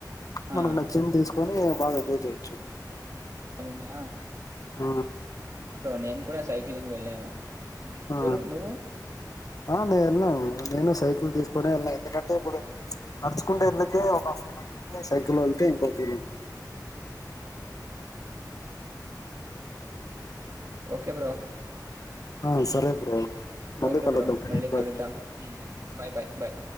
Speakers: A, on the left (about 55°); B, on the right (about 45°).
A: మనకు
B: ఆ!
A: నచ్చింది తీసు కొని బాగా ఎంజాయ్ జేచ్చు
B: వునా
A: ఆ
B: నేన్ కూడా సైక్లింగ్ వెళ్ళాను
A: ఆ
B: నూరు నువ్వు
A: ఆ నే వెళ్ళను నేను సైకిల్ తీసుకొనే వెళ్ళ ఎందుకంటే, ఇప్పుడు ప్చ్ నడుచుకుంటే వెళ్ళితే ఒక హాఫ్ నవ సైకిల్ వెళితే ఇంకొక కిలో
B: ఆ ఓకే బ్రో
A: ఆ సరే బ్రో మళ్ళీ
B: ఓకే
A: కలుద్దాం
B: బ్రో మళ్ళీ
A: బాయ్
B: కలుద్దాం బాయ్ బాయ్ బయ్